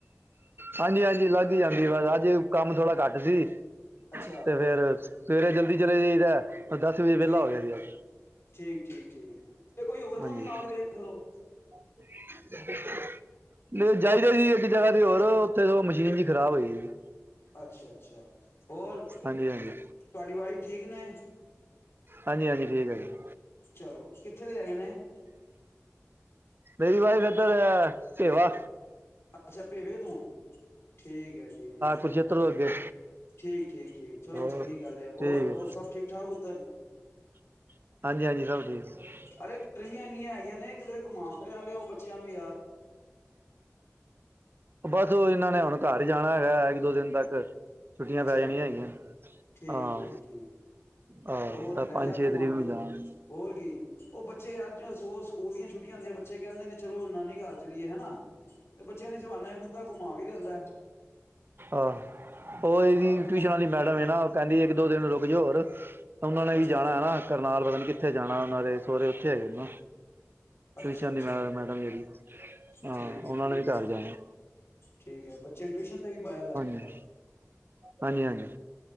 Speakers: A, on the right; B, on the left.
A: ਹਾਂਜੀ ਹਾਂਜੀ ਲੱਗ ਹੀ ਜਾਂਦੀ ਬਸ ਅੱਜ ਕੰਮ ਥੋੜਾ ਘੱਟ ਸੀ
B: ਅੱਛਾ
A: ਤੇ ਫੇਰ ਸਵੇਰੇ ਜਲਦੀ ਚਲੇ ਜਾਈਦਾ ਦਸ ਵਜੇ ਵਿਹਲਾ
B: ਠੀਕ
A: ਹੋ ਗਿਆ ਸੀ ਅੱਜ
B: ਠੀਕ ਠੀਕ ਠੀਕ ਤੇ ਕੋਈ ਹੋਰ
A: ਹਾਂਜੀ
B: ਕੰਮ ਨਾਲ ਵੇਖ ਲਓ
A: ਨਹੀਂ ਜਾਈਦਾ ਸੀ ਇੱਕ ਜਗ੍ਹਾ ਤੇ ਹੋਰ ਉੱਥੇਦ ਮਸ਼ੀਨ ਜੀ ਖਰਾਬ ਹੋਈ ਸੀ
B: ਅੱਛਾ ਅੱਛਾ ਹੋਰ
A: ਹਾਂਜੀ ਹਾਂਜੀ
B: ਤੁਹਾਡੀ ਵਾਈਫ ਠੀਕ ਨੇ
A: ਹਾਂਜੀ ਹਾਂਜੀ ਠੀਕ ਹੈ ਜੀ
B: ਚਲੋ ਕਿੱਥੇ ਦੇ ਹੈਗੇ ਨੇ
A: ਬਰੀ ਬਾਈ ਫਤਰ ਕੇਵਾ
B: ਅੱਛਾ ਭੇਵੇ ਤੌ ਠੀਕ ਹੈ ਠੀਕ ਹੈ
A: ਕੁਰਸ਼ੇਤਰ ਤੋਂ ਅੱਗੇ
B: ਠੀਕ ਠੀਕ ਠੀਕ ਚਲੋ
A: ਹੋਰ
B: ਚੰਗੀ ਗੱਲ ਹੋਰ
A: ਠੀਕ ਹੈ
B: ਸਭ ਠੀਕ ਠਾਕ ਉੱਧਰ
A: <inaudible> ਹਾਂਜੀ ਹਾਂਜੀ ਸਭ ਠੀਕ ਹੈ
B: ਅਰੇ ਗਰਮੀਆਂ ਇੰਨੀਆਂ ਹੈਗੀਆਂ ਨੇ ਕਿਧਰੇ ਘੁਮਾ ਫਿਰਿਆ ਲਿਆਓ ਬੱਚਿਆਂ ਨੂੰ ਯਾਰ
A: ਬਸ ਉਹ ਇਹਨਾਂ ਨੇ ਹੁਣ ਘਰ ਹੀ ਜਾਣਾ ਹੈਗਾ ਇੱਕ ਦੋ ਦਿਨ ਤੱਕ ਛੁੱਟੀਆਂ
B: ਅੱਛਾ
A: ਪੈ ਜਾਣੀਆਂ ਹੈਗੀਆਂ
B: ਠੀਕ
A: ਹਾਂ
B: ਠੀਕ ਠੀਕ
A: ਹਾਂ
B: ਹੋਰ ਲੈ
A: ਪੰਜ
B: ਜਾ
A: ਛੇ
B: ਘੁਮਾ
A: ਤਰੀਕ ਨੂੰ ਜਾਣਾ
B: ਹੋਰ ਕੀ ਉਹ ਬੱਚੇ ਯਾਰ ਸਕੂਲ ਦੀਆਂ ਛੁੱਟੀਆਂ ਹੁੰਦੀਆਂ ਬੱਚੇ ਕਹਿੰਦੇ ਨੇ ਚਲੋ ਨਾਨੀ ਘਰ ਚਲੀਏ ਹਨਾ ਤੇ ਬੱਚਿਆਂ ਨੀ ਸਿਵਾਾਨੇ ਬੰਦਾ ਘੁਮਾ ਵੀ ਲੈਂਦਾ
A: ਆਹ ਉਹ ਇਹਦੀ
B: ਹਾਂ ਘੁਮਾ
A: ਟਿਊਸ਼ਨ ਵਾਲੀ ਮੈਡਮ ਹੈ ਨਾ ਕਹਿੰਦੀ ਇੱਕ ਦੋ ਦਿਨ ਰੁਕ ਜਾਓ ਹੋਰ ਉਹਨਾਂ ਨੇ
B: ਅੱਛਾ
A: ਹੀ ਜਾਣਾ ਹੈਾ ਕਰਨਾਲ ਪਤਾ ਨੀ ਕਿੱਥੇ ਜਾਣਾ ਉਹ ਦੇ ਸਹੁਰਰੇ ਉੱਥੇ ਹੈਗੇ ਉਹਨਾ
B: ਅੱਛਾ
A: ਸ਼ਨ
B: ਅੱਛਾ
A: ਦੀ ਮ ਮੈਡਮ ਜਿਹੜੀ ਹਾਂ
B: ਠੀਕ
A: ਉਹਨਾਂ
B: ਠੀਕ
A: ਨੇ ਵੀ ਘਰ ਜਾਣਾ
B: ਠੀਕ ਹੈ ਬੱਚ ਚੰਡੀੂ ਤੇ ਵੀ ਪਾਇਆ ਦਾ
A: ਹਾਂਜੀ ਹਾਂਜੀ ਹਾਂਜੀ